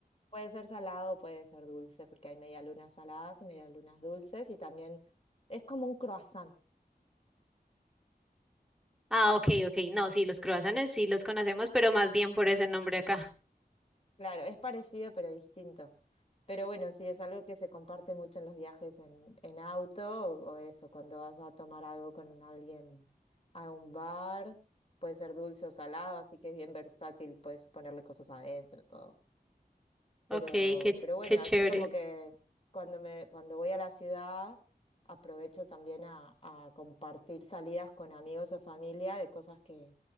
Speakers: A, on the left; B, in the centre.
A: puede ser salado, puede ser dulce, porque hay medialunas saladas y medialunas dulces, y también es como un croissant.
B: Ah, ok, ok, no, sí, los croissants sí los conocemos, pero más bien por ese nombre acá.
A: Claro, es parecido pero distinto. Pero bueno, sí, es algo que se comparte mucho en los viajes en, en auto o, o eso, cuando vas a tomar algo con alguien a un bar, puede ser dulce o salado, así que es bien versátil, puedes ponerle cosas adentro, todo. Pero,
B: Ok, qué,
A: pero bueno,
B: qué chévere.
A: así como que cuando me, cuando voy a la ciudad, aprovecho también a, a compartir salidas con amigos o familia de cosas que,